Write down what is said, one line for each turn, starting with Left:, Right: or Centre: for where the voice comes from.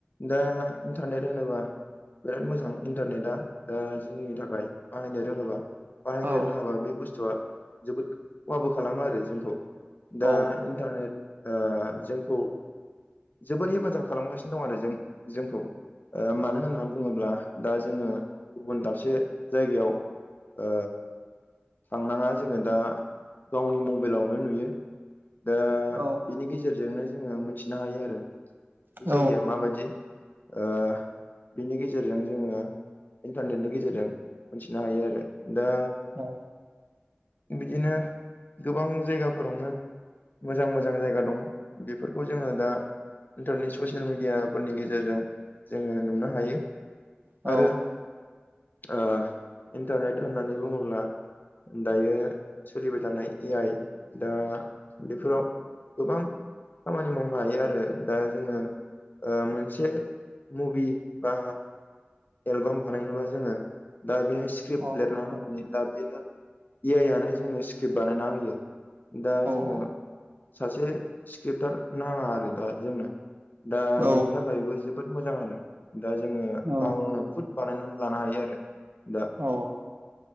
Left: दा इन्टारनेट होनोबा बिराद मोजां इन्टारनेटा दा जोंनि थाखाय बाहायनो रोङोबा। बाहायनो
Right: औ
Left: रोङाबा बे बुस्थुआ जोबोद खहाबो खालामो आरो जोंखौ
Right: औ
Left: दा इन्टारनेट ओ जोंखौ जोबोर हेफाजाब खालामगासिनो दं आरो जों जोंखौ। ओ मानो होनना बुङोब्ला दा जोङो गुबुन दाबसे जायगायाव ओ थांनाङा। जोङो दा गावनि मबाइलावनो नुयो। दा
Right: औ
Left: बेनि गेजेरजोंनो जोङो मोनथिनो हायो आरो। बे
Right: औ
Left: जायगाया माबायदि? ओ बिनि गेजेरजों जोङो इन्टारनेटनि गेजेरजों मोनथिनो हायो। आरो दा
Right: औ
Left: बिदिनो गोबां जायगाफोरावनो मोजां मोजां जायगा दं। बे फोरखौ जोङो दा इन्टारनेट ससियेल मिडियाफोरनि गेजेरजों जोङो नुनो हायो।
Right: औ
Left: आरो ओ इन्टारनेट होननानै बुङोब्ला दायो सोलिबाय थानाय ए आइ दा बेफोराव गोबां। खामानि मावनो हायो। आरो दा जोङो ओ मोनसे मुभि बा एलबाम बानायनोबा जोङो दा बेहाय स्क्रिप्ट
Right: औ
Left: लिरना हो दा बेनो ए आइ आनो जोंनो स्क्रिप्ट बानायना होयो। दा जोङो
Right: औ
Left: सासे स्क्रिप्टार नाङा आरो दा जोंनो दा
Right: औ
Left: बिनि थाखायबो जोबोद मोजां। आरो दा जोङो
Right: औ
Left: गावनो खुद बानायनानै लानो हायो। आरो दा
Right: औ